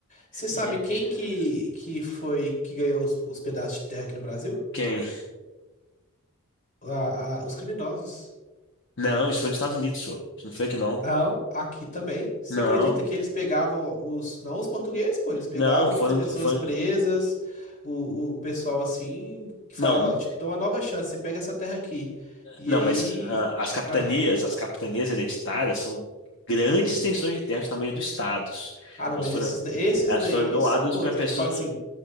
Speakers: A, on the left; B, on the left.
A: Você sabe
B: É.
A: quem que, que foi que ganhou os, os pedaços de terra aqui no Brasil?
B: Quem?
A: A- a- os criminosos.
B: Não, isso foi nos Estados Unidos, só. Isso não foi aqui, não.
A: Não, aqui também. Você
B: Não,
A: acredita que eles pegavam os, não os portugueses, pô, eles pegavam
B: não, foram,
A: as pessoas
B: foram.
A: presas, o, o pessoal assim, que falava,
B: Não,
A: ó, te dou uma nova chance, você pega essa terra aqui. E
B: Não,
A: aí,
B: mas ah, as capitanias,
A: ah,
B: as capitanias hereditárias são grandes extensões de terra do tamanho dos estados.
A: ah, não,
B: Elas
A: mas
B: foram,
A: esses, da- esses
B: elas
A: daí
B: foram doadas
A: são outros.
B: para pessoa.
A: Tu fala assim,